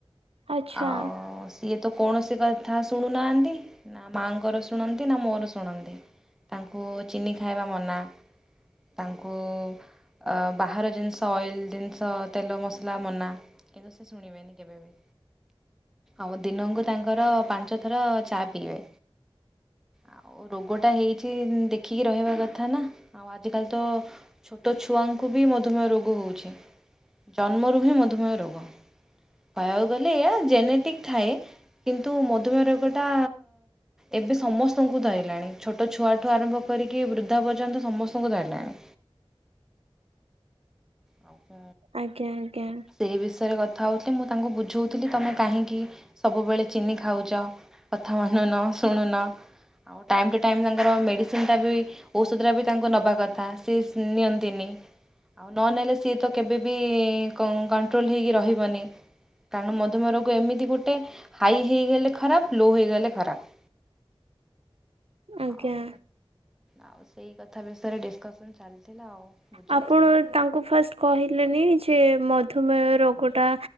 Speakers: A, on the right (about 85°); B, in the centre.
A: ଆଚ୍ଛା।
B: ଆଉ ସିଏ ତ କୌଣସି କା କଥା ଶୁଣୁନାହାନ୍ତି ନା ମାଆଙ୍କର ଶୁଣନ୍ତି ନା ମୋର ଶୁଣନ୍ତି। ତାଙ୍କୁ ଚିନି ଖାଇବା ମନା। ତାଙ୍କୁ ଅ ବାହାର ଜିନିଷ ଅଏଲ ଜିନିଷ ତେଲ ମସଲା ମନା। ଶୁଣିବେନି କେବେ ବି। ଆଉ ଦିନଙ୍କୁ ତାଙ୍କର ପାଞ୍ଚ ଥର ଚା ପିଇବେ। ଆଉ ରୋଗଟା ହେଇଛି ଦେଖିକି ରହିବା କଥା ନା। ଆଉ ଆଜିକାଲି ତ ଛୋଟ ଛୁଆଙ୍କୁ ବି ମଧୁମେହ ରୋଗ ହଉଛି। ଜନ୍ମରୁ ହିଁ ମଧୁମେହ ରୋଗ। କହିବାକୁ ଗଲେ ଏୟା ଜେନେଟିକ ଥାଏ। କିନ୍ତୁ ମଧୁମେହ ରୋଗ ଟା ଏବେ ସମସ୍ତଙ୍କୁ ଧଇଲାଣି। ଛୋଟ ଛୁଆଠୁ ଆରମ୍ଭ କରିକି ବୃଦ୍ଧା ପର୍ଯ୍ୟନ୍ତ ସମସ୍ତଙ୍କୁ ଧରିଲାଣି। ଆଉ କ
A: ଆଜ୍ଞା ଆଜ୍ଞା।
B: ସେହି ବିଷୟରେ କଥା ହେଉଥିଲେ। ମୁଁ ତାଙ୍କୁ ବୁଝଉଥିଲି ତମେ କାହିଁକି ସବୁବେଳେ ଚିନି ଖାଉଛ? କଥା ମାନୁନ ଶୁଣୁନ। ଆଉ ଟାଇମ୍ ଟୁ ଟାଇମ୍ ତି ତାଙ୍କର ମେଡ଼ିସିନଟା ବି ଔଷଧଟା ବି ତାଙ୍କୁ ନେବା କଥା ସିଏ ନିଅନ୍ତିନି। ଆଉ ନ ନେଲେ ସିଏ ତ କେବେବି କ କଣ୍ଟ୍ରୋଲ ହେଇକି ରହିବନି। କାରଣ ମଧୁମୟ ରୋଗ ଏମିତି ଗୋଟେ ହାଇ ହେଇଗଲେ ଖରାପ ଲୋ ହେଇଗଲେ ଖରାପ।
A: ଆଜ୍ଞା।
B: ଆଉ ଆଉ ସେଇ କଥା ବିଷୟରେ ଡିସକସନ ଚାଲିଥିଲା ଆଉ। ବୁଝଉଥିଲି
A: ଆପଣ ତାଙ୍କୁ ଫାଷ୍ଟ କହିଲେନି ଯେ ମଧୁମେହ ରୋଗଟା